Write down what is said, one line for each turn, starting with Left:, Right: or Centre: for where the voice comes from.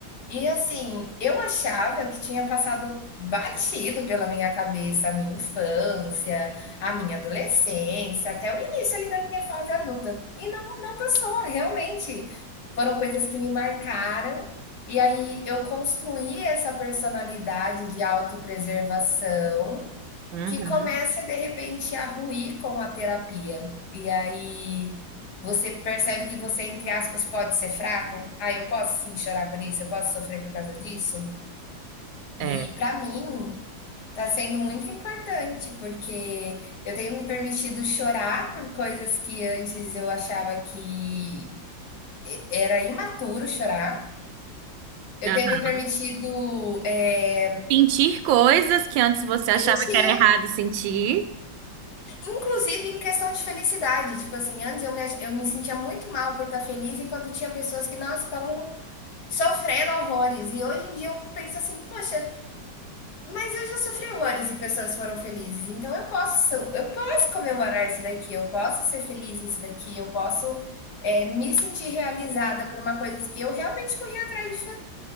Left: E assim, eu achava que tinha passado batido pela minha cabeça a minha infância, a minha adolescência, até o início ali da minha fase adulta. E não, não passou, realmente. Foram coisas que me marcaram. E aí eu construí essa personalidade de autopreservação
Right: Uhum.
Left: que começa de repente a ruir com a terapia. E aí você percebe que você, entre aspas, pode ser fraco. Ah, eu posso sim chorar por isso, eu posso sofrer por causa disso.
Right: É.
Left: E pra mim tá sendo muito importante, porque eu tenho me permitido chorar por coisas que antes eu achava que era imaturo chorar. Eu
Right: Aham.
Left: tenho me permitido, eh,
Right: Sentir coisas que antes você
Left: sentir
Right: achava que era errado sentir.
Left: Inclusive em questão de felicidade, tipo assim, antes eu me, ach- eu me sentia muito mal por estar feliz, enquanto tinha pessoas que, nossa, estavam sofrendo horrores. E hoje em dia eu penso assim, poxa, mas eu já sofri horrores e pessoas foram felizes. Então eu posso, eu posso comemorar isso daqui, eu posso ser feliz nisso daqui, eu posso, é, me sentir realizada por uma coisa que eu realmente corri atrás de